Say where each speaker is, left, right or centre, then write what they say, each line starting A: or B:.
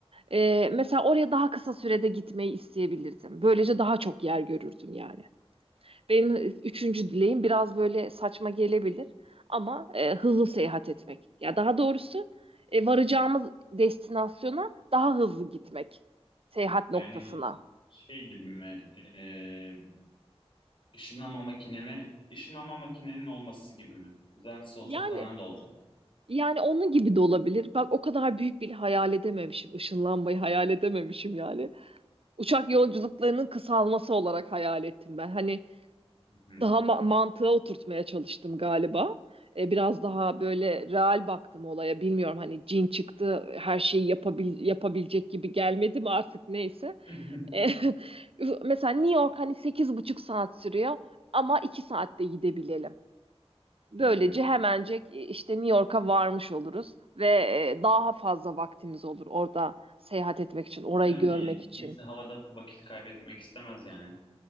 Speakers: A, on the right; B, on the left.
A: E, mesela oraya daha kısa sürede gitmeyi isteyebilirdim. Böylece daha çok yer görürdüm yani. Benim e, üçüncü dileğim biraz böyle saçma gelebilir ama e, hızlı seyahat etmek. Ya daha doğrusu e, varacağımız destinasyona daha hızlı gitmek seyahat noktasına.
B: Yani şey gibi mi? Ee, ışınlanma makinene, ışınlanma makinenin olması gibi mi? Düzensiz olsa
A: Yani
B: paran da olacak.
A: yani onun gibi de olabilir. Bak o kadar büyük bir hayal edememişim. Işınlanmayı hayal edememişim yani. Uçak yolculuklarının kısalması olarak hayal ettim ben. Hani
B: Hı hı.
A: daha ma- mantığa oturtmaya çalıştım galiba. E, biraz daha böyle real baktım olaya. Bilmiyorum hani cin çıktı, her şeyi yapabil yapabilecek gibi gelmedi mi artık neyse.
B: <laughs>
A: E, <laughs> mesela New York hani sekiz buçuk saat sürüyor ama 2 saatte gidebilelim. Böylece
B: Hı hı.
A: hemencek e, işte New York'a varmış oluruz ve e, daha fazla vaktimiz olur orada seyahat etmek için, orayı
B: Canım
A: görmek
B: yani
A: için.
B: kimse havada vakit kaybetmek istemez yani.